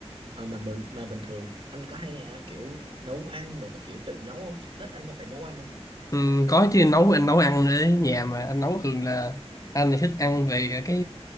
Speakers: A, on the right; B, on the left.
A: Ờ, mà bình- mà bình thường anh có hay à, kiểu nấu ăn đồ các kiểu tự nấu không thích anh có phải nấu ăn không
B: Ừ, có chứ anh nấu anh nấu ăn ở nhà mà anh nấu thường là anh thì thích ăn về cái